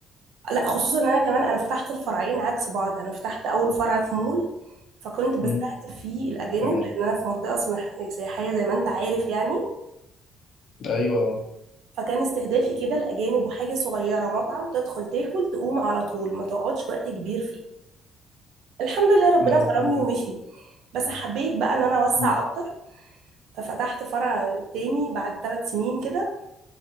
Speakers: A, on the right (about 80°); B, on the left (about 60°).
A: لا خصوصا ان انا كمان انا فتحت الفرعين عكس بعض انا فتحت اول فرع في مول فكنت بستهدف
B: مم.
A: فيه الاجانب
B: تمام
A: لان انا في منطقه سنا- سياحيه زي ما انت عارف يعني
B: ايوه
A: فكان استهدافي كده الاجانب وحاجه صغيره مطعم تدخل تاكل تقوم على طول ما تقعدش وقت كبير فيه الحمد لله ربنا
B: اه
A: كرمني
B: حلو جدا
A: ومشي بس حبيت بقى ان انا اوسع
B: مم.
A: اكتر ففتحت فرع تاني بعد ثلاث سنين كده